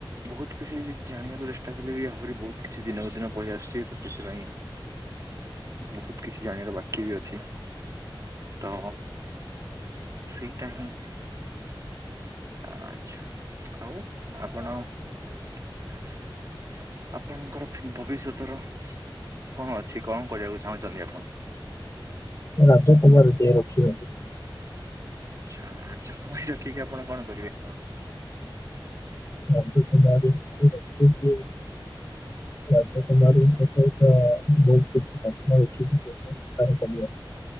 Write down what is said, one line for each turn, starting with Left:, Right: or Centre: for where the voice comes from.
Right: ବହୁତ କିଛି ଜାଣିବାକୁ ଚେଷ୍ଟା କଲେ ବି ଆହୁରି ବହୁତ କିଛି ଦିନକୁ ଦିନ ପଳେଇ ଆସୁଛି ତ ସେଥିପାଇଁ
Left: <inaudible>
Right: ବହୁତ କିଛି ଜାଣିବାର ବାକି ବି ଅଛି ତ ସେଇଟା ହିଁ ଆ ଛା ଆଉ ଆପଣ ଆପଣଙ୍କର ଭବିଷ୍ୟତର କଣ ଅଛି କଣ କରିବାକୁ ଚାହୁଁଛନ୍ତି ଆପଣ।
Left: ରାଜକୁମାରୀ ଟିଏ ରଖିବାକୁ। ଚାହୁଁଛି
Right: ଆଛା ରାଜକୁମାରୀ ରଖିକି ଆପଣ କଣ କରିବେ।
Left: ରାଜକୁମାରୀ କି ରଖିକି ରାଜକୁମାରୀ
Right: ହୁଁ ହୁଁ ହୁଁ
Left: ଙ୍କ ସହି ବହୁତ କି ଇଛ <unintelligible>